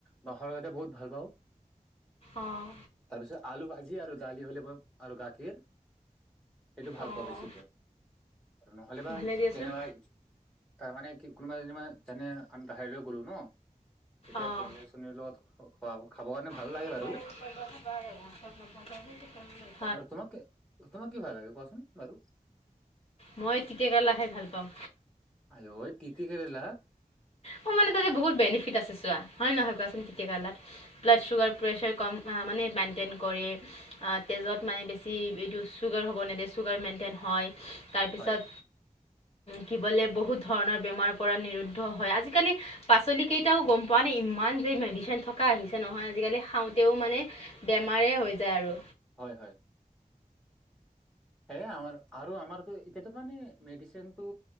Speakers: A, in the centre; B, on the left.
A: বাঁহৰ গাজে বহুত ভাল পাওঁ।
B: অঁ
A: তাৰপিছত আলু ভাজি আৰু দালি হ'লে আৰু গাখীৰ সেইটো ভাল
B: অঁ
A: পোৱা বেছিকে আৰু নহ'লে বা
B: ভালে দিয়াচোন
A: কেনেবা তাৰ মানে কি কোনোবা যেন জানে আমি বাহিৰলৈ গ'লো ন, এতিয়া
B: অঁ
A: পনিৰ চনিৰ লগত খোৱা খাবৰ কাৰণে। ভাল
B: <unintelligible>
A: লাগে বাৰু আৰু তোমাক তোমাক কি ভাল লাগে কোৱাচোন বাৰু?
B: মই তিতাকেৰেলা খাই ভাল পাওঁ।
A: আই ঐ টিতি কেৰেলা।
B: অ মানে তাতে বহুত বেনিফিট আছে চোৱা হয়, নহয় কোৱাচোন তিতি কেৰেলা ত ব্লড চুগাৰ প্ৰেছাৰ কম মানে মেইনটেইন কৰে তেজত মানে বেছি এইটো চুগাৰ হ'ব নিদিয়ে। চুগাৰ মেইনটেইন হয়। তাৰপিছত
A: হয়
B: কি বোলে বহুত ধৰণৰ বেমাৰ পৰা নিৰুদ্ধ হয়। আজিকালি পাচলি কেইটাও গম পোৱা নে ইমান। ইমান যে মেডিচিন থকা আহিছে নহয় আজিকালি খাওঁতেও মানে বেমাৰে হৈ যায় আৰু।
A: হয়, হয়। এ আমাৰ আৰু আমাৰতো এতিয়াতো মানে মেডিচিন টো